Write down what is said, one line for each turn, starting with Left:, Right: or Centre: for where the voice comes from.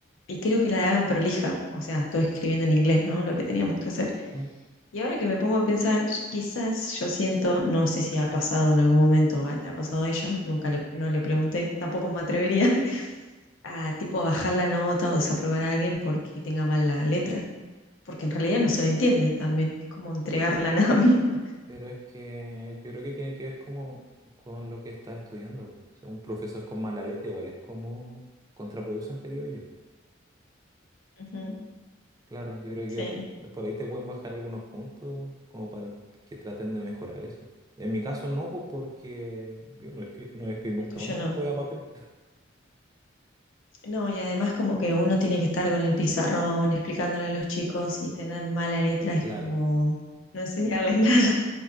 Left: y quiero que la hagan prolija, o sea, estoy escribiendo en inglés, ¿no? Lo que teníamos que hacer.
Right: Mm.
Left: Y ahora que me pongo a pensar, quizás yo siento, no sé si ha pasado en algún momento, a- le ha pasado a ella, nunca le, no le pregunté, tampoco me atrevería <laughs> a tipo bajar la nota o desaprobar a alguien porque tenga mal la letra, porque en realidad no se le entiende también, es como entregarla <laughs> a nada misma.
Right: Pero es que yo creo que tiene que ver como con lo que estás estudiando. po. O sea, un profesor con mala letra igual es como contraproducente, creo yo.
Left: Ujú,
Right: Claro, yo creo
Left: Sí,
Right: que po- por ahí te pueden bajar algunos puntos como para que traten de mejorar eso. En mi caso no, pues porque yo no, escri- no voy a escribir nunca
Left: lo tuyo
Right: más después
Left: no.
Right: a papel.
Left: No, y además como que uno tiene que estar con el pizarrón explicándole a los chicos y tener mala letra es
Right: Claro,
Left: como no enseñarles <laughs> nada,